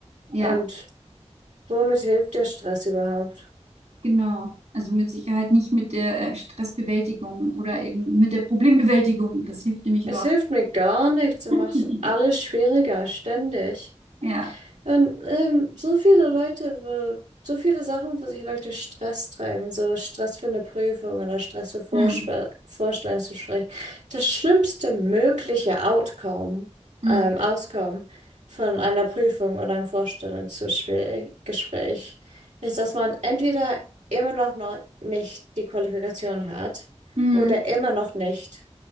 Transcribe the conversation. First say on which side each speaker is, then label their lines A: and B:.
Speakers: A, on the right; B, on the right.
A: ja,
B: Und womit hilft der Stress überhaupt?
A: genau. Also mit Sicherheit nicht mit der äh, Stressbewältigung oder eben mit der Problembewältigung. Das hilft nämlich überhaupt
B: Es hilft mir gar nichts, es macht
A: nicht.
B: alles schwieriger, ständig.
A: Ja,
B: Und ähm, so viele Leute, wo, so viele Sachen, wo sich Leute Stress treiben, so Stress für eine Prüfung oder Stress für Vorschla-
A: hm.
B: Vorstellungsgespräch. Das schlimmste mögliche Outcome,
A: Hm.
B: ähm, Auskommen von einer Prüfung oder einem Vorstellungsgespräch Gespräch ist, dass man entweder immer noch, noch nicht die Qualifikation hat
A: Hm.
B: oder immer noch nicht